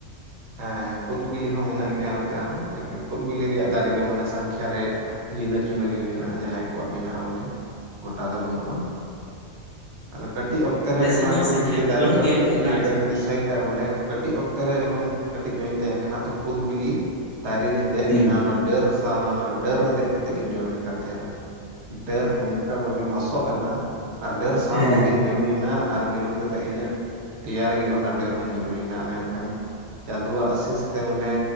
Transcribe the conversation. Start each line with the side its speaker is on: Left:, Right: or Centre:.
Right: ᱦᱮᱸ ᱠᱩᱫ ᱵᱤᱞᱤ ᱦᱚᱸ ᱢᱮᱱᱟᱜ ᱜᱮᱭᱟ ᱱᱚᱛᱮ ᱦᱚᱸ, ᱞᱮᱠᱤᱱ ᱠᱩᱫ ᱵᱤᱞᱤ ᱨᱮᱭᱟᱜ ᱫᱟᱨᱮ ᱫᱚ ᱢᱟᱱᱮ ᱥᱚᱝᱠᱷᱟ ᱨᱮᱼᱼ ᱜᱤᱱᱟᱹ ᱪᱩᱱᱟᱹ ᱜᱮ ᱢᱮᱱᱟᱜᱼᱟ ᱡᱟᱦᱟᱸᱭ ᱠᱚᱣᱟᱜ ᱢᱮᱱᱟᱜᱼᱟ ᱵᱚᱞᱮ ᱜᱚᱴᱟ ᱫᱚ ᱵᱟᱹᱱᱩᱜᱼᱟ ᱾ ᱟᱫᱚ ᱠᱟᱹᱴᱤᱡ ᱚᱠᱛᱮ
Left: ᱟᱞᱮ
Right: ᱨᱮ
Left: ᱥᱮᱱ
Right: ᱚᱱᱟ
Left: ᱦᱚᱸ
Right: ᱠᱩᱫ
Left: ᱥᱚᱝᱠᱷᱟ
Right: ᱵᱤᱞᱤ
Left: ᱫᱚ
Right: ᱫᱟᱨᱮ
Left: ᱵᱟᱹᱱᱩᱜ
Right: ᱪᱚᱴ
Left: ᱜᱮᱭᱟ ᱞᱮᱠᱤᱱ
Right: ᱠᱷᱚᱡ ᱜᱮ
Left: ᱦᱮᱱᱟᱜ
Right: ᱟᱜᱟᱨᱤᱧ
Left: ᱛᱟᱞᱮᱭᱟ
Right: ᱫᱤᱥᱟᱹᱭ ᱵᱚᱞᱮ ᱠᱟᱹᱴᱤᱡ ᱚᱠᱛᱚ ᱨᱮ ᱡᱚᱠᱷᱚᱱ ᱠᱟᱹᱴᱤᱡ ᱧᱚᱜ ᱤᱧ ᱛᱟᱦᱮᱸ ᱠᱟᱱᱟ ᱛᱚ ᱠᱩᱫ ᱵᱤᱞᱤ ᱫᱟᱨᱮ ᱨᱤᱧ ᱫᱮᱡ
Left: ᱦᱩᱸ
Right: ᱞᱮᱱᱟ ᱚᱱᱟ ᱰᱟᱹᱨ ᱥᱟᱢᱟᱝ ᱨᱮ ᱰᱟᱹᱨ ᱨᱮ ᱫᱮᱡ ᱠᱟᱛᱮᱫ ᱜᱤᱧ ᱡᱚᱢᱮᱫ ᱠᱟᱱ ᱛᱟᱸᱦᱮᱱᱟ ᱾ ᱰᱟᱹᱨ ᱱᱚᱝᱠᱟ ᱵᱚᱞᱮ ᱦᱚᱸᱥᱚᱜ ᱮᱱᱟ ᱟᱨ ᱰᱟᱹᱨ ᱥᱟᱶ
Left: ᱦᱮᱸ
Right: ᱛᱮᱜᱤᱧ ᱧᱩᱨᱩᱭᱱᱟ ᱟᱨ ᱧᱩᱨᱩ ᱠᱟᱛᱮ ᱛᱮᱜ ᱤᱧᱟᱹᱜ ᱫᱮᱭᱟ ᱨᱮᱜᱮ ᱚᱱᱟ ᱰᱟᱹᱨ ᱦᱚᱸ ᱧᱩᱨᱩᱭ ᱮᱱᱟ, ᱢᱮᱱᱠᱷᱟᱱ ᱪᱟᱸᱫᱳᱣᱟᱜ ᱟᱥᱤᱥ ᱛᱮ ᱢᱟᱱᱮ